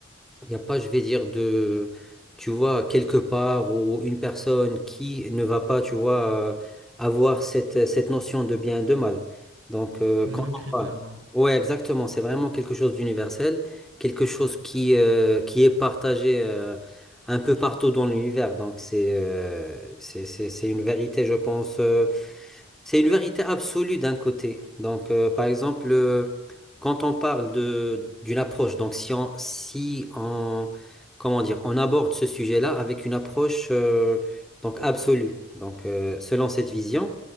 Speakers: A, in the centre; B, on the right (about 75°).
A: Il n'y a pas, je vais dire, de, tu vois, quelque part ou une personne qui ne va pas, tu vois, euh, avoir cette, cette notion de bien et de mal. Donc, euh,
B: Les
A: quand
B: mêmes
A: on
B: critères,
A: parle.
B: ouais.
A: Ouais, exactement. C'est vraiment quelque chose d'universel, quelque chose qui, euh, qui est partagé euh, un peu partout dans l'univers. Donc, c'est euh, c'est, c'est, c'est une vérité, je pense, euh, c'est une vérité absolue d'un côté. Donc, euh, par exemple, euh, quand on parle de d'une approche, donc si on, si on, comment dire, on aborde ce sujet-là avec une approche euh, donc absolue. Donc, euh, selon cette vision,